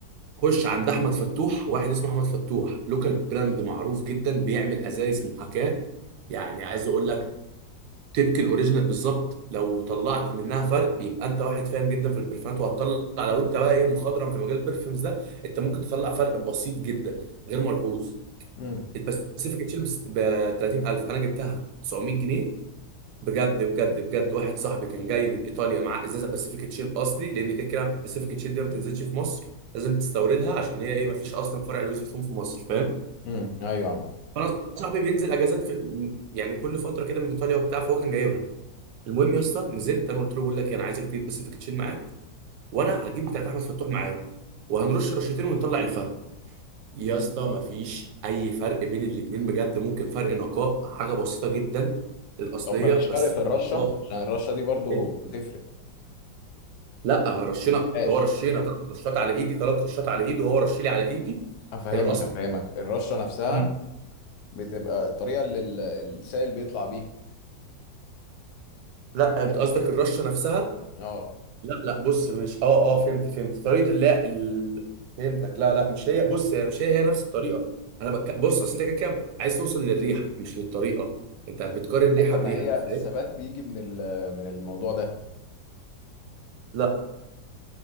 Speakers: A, on the right; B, on the left.
A: خش عند احمد فتوح واحد اسمه احمد فتوح لوكال براند معروف جدا بيعمل ازايز محاكاه يعني عايز اقول لك تبكي الاوريجينال بالظبط لو طلعت منها فرق يبقى انت واحد فاهم جدا في البرفانات وهتطلع لو انت بقى ايه مخضرم في مجال البرفيومز ده انت ممكن تطلع فرق بسيط جدا غير ملحوظ
B: امم
A: الباسيفيك تشيلبس ب 30000 انا جبتها 900 جنيه بجد بجد بجد واحد صاحبي كان جاي من ايطاليا معاه ازازه باسيفيك تشيل اصلي لان كده كده باسيفيك تشيل دي ما بتنزلش في مصر لازم تستوردها عشان هي ايه ما فيش اصلا فرع لويس فيتون في مصر فاهم
B: امم ايوه يا عم
A: فانا صاحبي بينزل اجازات في م- يعني كل فتره كده من ايطاليا وبتاع فهو كان جايبها المهم يا اسطى نزلت انا قلت له بقول لك إيه، انا عايزك تجيب باسيفيك تشيل معاك وانا هجيب بتاعت احمد فتوح معايا وهنرش رشتين ونطلع الفرق يا اسطى مفيش اي فرق بين الاتنين بجد ممكن فرق نقاء حاجه بسيطه جدا للاصليه
B: طب ما فيش
A: بس
B: فرق في الرشه
A: والله
B: عشان الرشه دي برضو
A: إيه؟
B: بتفرق
A: لا رشينا
B: الاسفاش
A: اللي هو رشينا ثلاث رشات على ايدي ثلاث رشات على ايده وهو رش لي على ايدي
B: افهمك
A: الاصلي
B: افهمك الرشه نفسها
A: مم.
B: بتبقى الطريقه اللي ال- السائل بيطلع بيها
A: لا انت قصدك الرشه نفسها
B: اه
A: لا لا بص مش اه اه فهمت فهمت طريقه لا ال... فهمتك لا لا مش هي بص هي مش هي هي نفس الطريقه انا بك... بص اصل انت كده كده عايز توصل للريحه مش للطريقه انت بتقارن ريحه
B: ايوه
A: بريحه
B: ما هي
A: فاهم
B: الثبات بيجي من ال- من الموضوع ده
A: لا